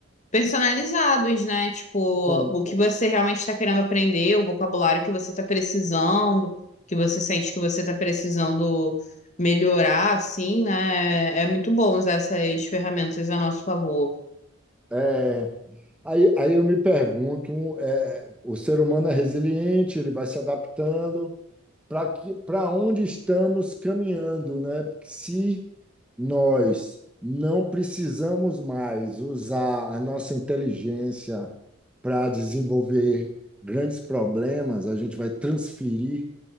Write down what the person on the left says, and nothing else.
personalizados, né? Tipo,
o que você realmente está querendo aprender, o vocabulário que você está precisando, que você sente que você está precisando melhorar, assim, né? É muito bom usar essas ferramentas a nosso favor.